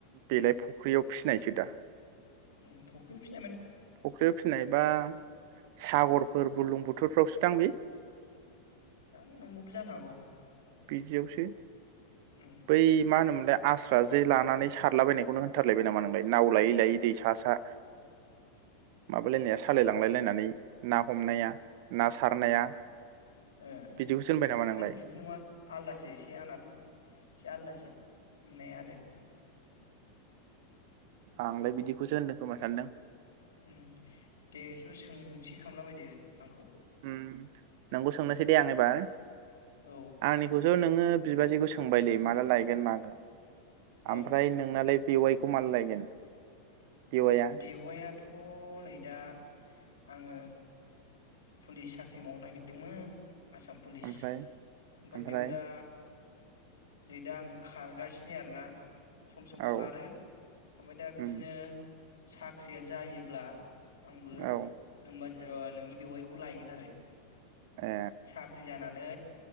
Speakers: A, on the right; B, on the left.
A: बेलाय फुख्रियाव फिनायसो दा
B: उम फख्रिआव फि
A: फुख्रियाव फिनाय बा सागरफोर बुलुं बुथोरफ्रावसो दांबि?
B: जानो नंगौबो‌ जानो हागौ
A: बिदियावसो
B: उम
A: बै मा होनोमोनलाय आस्रा जे लानानै सारलाबायनायखौनो होनथारलायबाय नामा नोंलाय? नाव लायै लायै दै सा सा माबालायनाया सालायलांलाय लायनानै ना हमनाया ना सारनाया?
B: ए
A: बिदिखौसो होनबाय नामा नोंलाय
B: थोद बिदि नंङा आलदासो एसे आंनाथ एसे आलदासो नुनाया आरो।
A: आंलाय बिदिखौसो होनदों खोमाय सानदों।
B: उम। दे इसेबो सोंथि खालामलाबायदो आंखौ
A: उम नोंगौ सोंनि दे आं एबार।
B: औ
A: आंनिखौसो नों ङो बिबाजैखौ सोंबायलै माला लायगोन मागोन।
B: औ
A: ओमफ्राय नोंनालाय बेवायखौ माला लायगोन? बेवाइआ
B: बेवायाथ नै दा आङो पुलिस साख्रि मावनो नागिरदोंमोन आसाम पुलिस।
A: ओमफ्राय
B: ओमफाय
A: ओमफ्राय
B: बेयाव दा नै दा आं खारगासिनो आरोना, सम सम
A: औ
B: खारो। ओमफ्राय दा बिदिनो
A: उम
B: साख्रिया जायोब्ला आंबो
A: औ
B: नोमबाजै ओ नोंनि बेवाय खौ लायगोन आरो।
A: ए
B: साख्रि जानानै